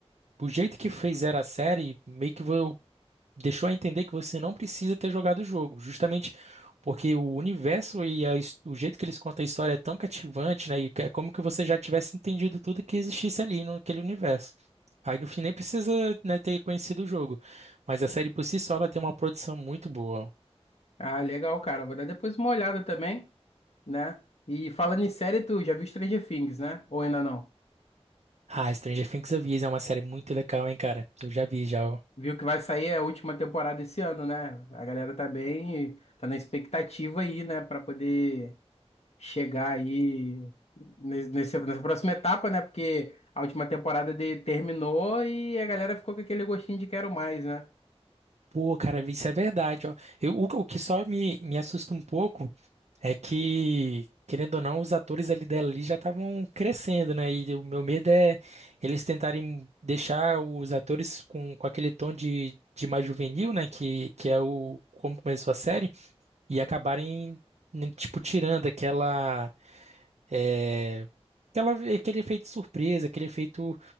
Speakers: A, on the right; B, on the left.
A: O jeito que fizeram a série meio que vo- deixou a entender que você não precisa ter jogado o jogo, justamente porque o universo e a his- o jeito que eles contam a história é tão cativante, né? E que é como que você já tivesse entendido tudo que existisse ali naquele universo. Aí no fim nem precisa, né, ter conhecido o jogo, mas a série por si só ela tem uma produção muito boa.
B: Ah, legal, cara. Vou dar depois uma olhada também, né? E falando em série, tu já viu Stranger Things, né? Ou ainda não?
A: Ah, Stranger Things Avisa é uma série muito legal, hein, cara? Eu já vi já. ó.
B: Viu que vai sair a última temporada esse ano, né? A galera tá bem, tá na expectativa aí, né, Pra poder chegar aí ne- nesse- nessa próxima etapa, né? Porque a última temporada de, terminou e a galera ficou com aquele gostinho de quero mais, né?
A: Pô, cara, isso é verdade, ó. Eu, o, o que só me, me assusta um pouco É que, querendo ou não, os atores ali dela ali já estavam crescendo, né? E o meu medo é eles tentarem deixar os atores com, com aquele tom de, de mais juvenil, né? Que, que é o como começou a série, e acabarem, né, tipo, tirando aquela, é, aquela, aquele efeito surpresa, aquele efeito